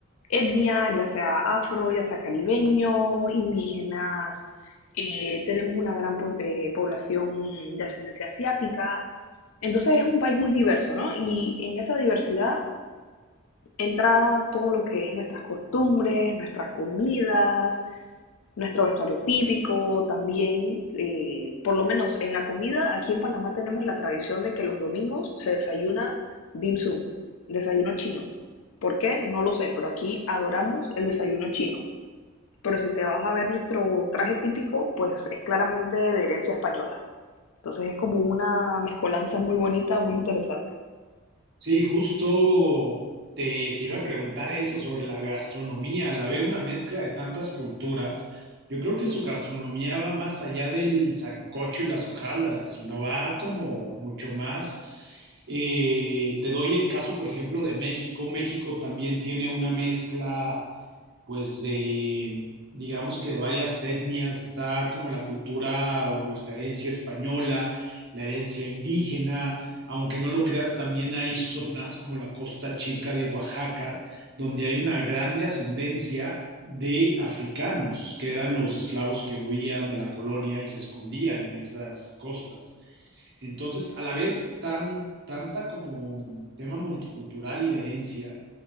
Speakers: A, on the left; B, on the right.
A: etnia, ya sea afro, ya sea caribeño, indígenas. eh, tenemos una gran po- eh, población de ascendencia asiática. Entonces es un país muy diverso, ¿no? Y en esa diversidad entra todo lo que es nuestras costumbres, nuestras comidas, nuestro vestuario típico, también, eh, por lo menos en la comida, aquí en Panamá tenemos la tradición de que los domingos se desayuna dim sum, desayuno chino. ¿Por qué? No lo sé, pero aquí adoramos el desayuno chino. Pero si te vas a ver nuestro traje típico, pues es claramente de herencia española. Entonces es como una mezcolanza muy bonita, muy interesante.
B: Sí, justo te, te iba a preguntar eso sobre la gastronomía, al haber una mezcla de tantas culturas, yo creo que su gastronomía va más allá del sancocho y las hojaldras, sino va como mucho más. eh, te doy el caso, por ejemplo, de México. México también tiene una mezcla pues de, digamos que de varias etnias, está como la cultura o nuestra herencia española, la herencia indígena, aunque no lo creas, también hay zonas como la Costa Chica de Oaxaca, donde hay una grande ascendencia de africanos, que eran los esclavos que huían de la colonia y se escondían en esas costas. Entonces, al haber tan, tanta como tema multicultural y de herencia,